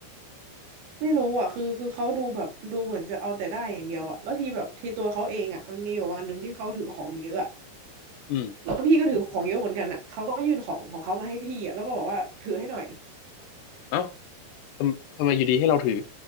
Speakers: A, on the right; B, on the left.
A: ไม่รู้อ่ะคือคือเขาดูแบบดูเหมือนจะเอาแต่ได้อย่างเดียวอ่ะแล้วทีแบบทีตัวเขาเองอ่ะมันมีอยู่วันหนึ่งที่เขาถือของเยอะอะ
B: อืม
A: แล้วพี่ก็ถือของเยอะเหมือนกันอ่ะเขาก็ยื่นของของเขามาให้พี่อ่ะแล้วก็บอกว่าถือให้หน่อย
B: เอ้าทำทำไมอยู่ดีให้เราถือ